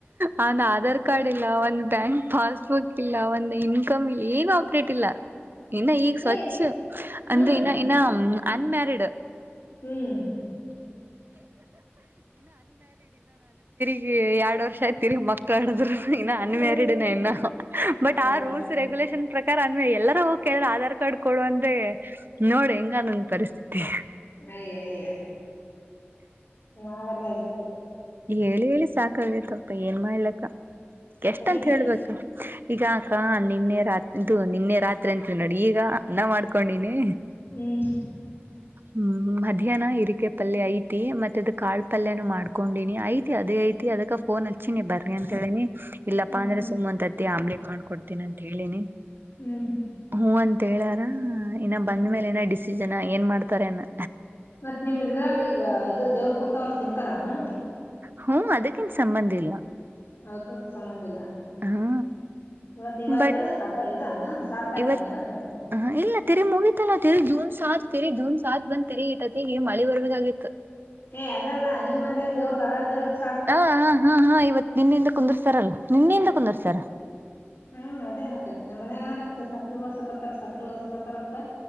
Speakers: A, on the right; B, on the left.
A: ಅವನ್ ಆಧಾರ್ ಕಾರ್ಡ್ ಇಲ್ಲ ಒಂದು ಬ್ಯಾಂಕ್ ಪಾಸ್ಬುಕ್ ಇಲ್ಲ ಒಂದು ಇನ್ಕಮ್ ಇಲ್ಲ ಏನು ಆಪ್ಡೇಟ್ ಇಲ್ಲ ಇನ್ನ ಈಗ ಸ್ವಚ್ಛ
B: ಏ ಹ್ಮ್
A: ಅಂದ್ರೆ ನ ಇನ್ನ ಅನ್ಮೇರಿಡ್
B: ಹ್ಮ್
A: ಗ ಎರಡ್ ವರ್ಷ ಹತೀರಿ ಮಕ್ಕಳ ಹಡಿದ್ರ ಇನ್ನು ಅನ್ಮ್ಯಾರಿಡ್
B: ಹ್ಮ್
A: ಇನ್ನು ಬಟ್
B: ಹೌದೌದ್
A: ಆ ರೂಲ್ಸ್ ರೆಗ್ಯುಲೇಷನ್ ಪ್ರ ಯ ಅಂದ್ರ ಎಲ್ಲಾರ ಹೋಗ್ ಹೇಳಿದ್ರೆ ಆಧಾರ್ ಕಾರ್ಡ್ ಕೊಡುವಂದ್ರೆ ನೋಡಿ ಹೆಂಗಾನೊಂದ ಪರಿಸ್ಥಿ. <inaudible>
B: ಯಯ ಮಾಡಾಡ್ದಾಗಿತ್ತು
A: ಹೇಳಿ ಹೇಳಿ ಸಾಕಾಗೈತಪ್ಪ ಏನ್ ಮಾಡ್ಲಕ್ಕ ಎಷ್ಟಂತ
B: ಅಡಿಗಿ
A: ಹೇಳ್ಬೇಕು ಈಗ ಅಕ ನಿನ್ನೆ ರಾತ್ರಿದು ನಿನ್ನೆ ರಾತ್ರಿ ಅಂತವಿ ನೋಡಿ ಈಗ ಅನ್ನ ಮಾಡ್ಕೊಂಡಿನಿ
B: ಹ್ಮ್
A: ಹ್ಮ್ ಮಧ್ಯಾಹ್ನ ಇರಿಕೆ ಪಲ್ಯ ಐತಿ ಮತ್ತೆ ಅದ ಕಾಳ ಪಲ್ಯನ ಮಾಡ್ಕೊಂಡೀಿನಿ ಐತಿ ಅದೇ ಐತಿ ಅದಕ್ಕ ಫೋನ್ ಹಚ್ಚಿ ನೀ ಬರ್ರಿ ಅಂತ ಹೇಳಿ ಇಲ್ಲಪ್ಪಾ
B: ಹ್ಮ್
A: ಅಂದ್ರೆ ಸುಮಂತ ಆಮ್ಲೆಟ್ ಮಾಡ್ಕಡ್ತೀನ ಅಂತ ಹೇಳಿನಿ
B: ಹ್ಮ್
A: ಹೂ ಅಂತ ಹೇಳಾರ ಹ ಇನ್ನ
B: ಹ್ಮ್
A: ಬಂದ ಮೇಲೆ ನ ಡ ಜನ ಏನ್ ಮಾಡ್ತಾರೆನ
B: ಮತ್ ನಿಮ್ದ ಇದ್ರಾಗ ಈಗ ಇದು ದೇವ್ರ ಕುಂತಾವಲ್ಲ ತಿಂತಾರಾನ
A: ಹ್ಮ ಅದಕ್ಕಿನ್ ಸಂಬಂಧ ಇಲ್
B: ಅದಕ್ಕ ಸಮಂಧ ಇಲ್ಲ
A: ಹಾ
B: ಇವತ್ ಇವತ್ತೇನ
A: ಬಟ್
B: ಕಥಾ ಇದಾನ ಸಾತ್ ತಾರೀಕನ
A: ಇವತ್
B: ಇವತ್ತ
A: ಹ ಇಲ್ಲ ತೆರಿ ಮೂಗಿತಲ್ಲ ಜೂನ್ ಸಾ ತೆರಿ ಜೂನ್ ಸಾತ್ ಬಂದ್ ತೆರಿ ಇಟ್ಟತ್ತ ಈಗ ಮಳೆ ಬರ್ಬೇಕಾಗಿತ್ತು
B: ಹೇ ಅದಲ್ಲ ನಿಮ್ಮ್ ಮಂದ್ಯಾಗ ದೇವ್ರ ತಲಾ ದೇವ್ರ
A: ಹ ಹಾ ಹಾ ಹಾ ಇವತ್ತು ನಿನ್ನಿಂದ ಕುಂದರ್ತಾರಲ್ಲ ನಿನ್ನಿಂದ ಕುಂದರ್ ಸರ
B: ಹ್ಮ್ ಅದೇ ಅನಕತ್ ನಮ್ಮ ಮನೆಾಗಣಕತ್ತ ಸಕರಿ ಬರ್ಸಕತ್ತತ್ ರ ಸಕರೆ ವಸಕತ್ತರತ್ತ